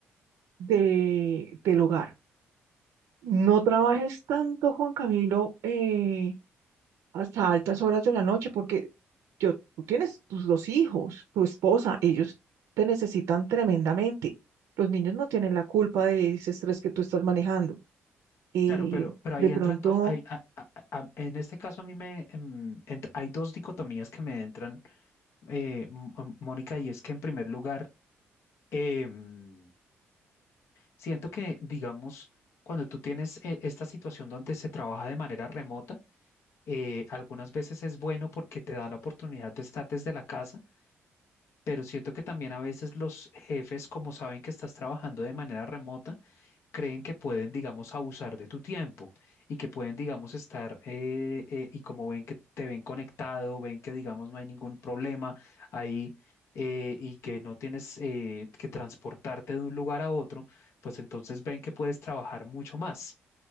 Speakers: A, on the right; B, on the left.
A: de, del hogar. No trabajes tanto, Juan Camilo, eh, hasta altas horas de la noche, porque yo, tú tienes tus dos hijos, tu esposa, ellos te necesitan tremendamente. Los niños no tienen la culpa de ese estrés que tú estás manejando. eh,
B: Claro, pero, pero ahí
A: de pronto,
B: entran dos, ahí- a- a- a- en este caso a mí me, em, ent- hay dos dicotomías que me entran, eh, M- M- Mónica, y es que en primer lugar, em, Siento que, digamos, cuando tú tienes eh, esta situación donde se trabaja de manera remota, eh, algunas veces es bueno porque te da la oportunidad de estar desde la casa, pero siento que también a veces los jefes, como saben que estás trabajando de manera remota, creen que pueden, digamos, abusar de tu tiempo y que pueden, digamos, estar eh, eh, y como ven que te ven conectado, ven que, digamos, no hay ningún problema ahí eh, y que no tienes eh, que transportarte de un lugar a otro, pues entonces ven que puedes trabajar mucho más.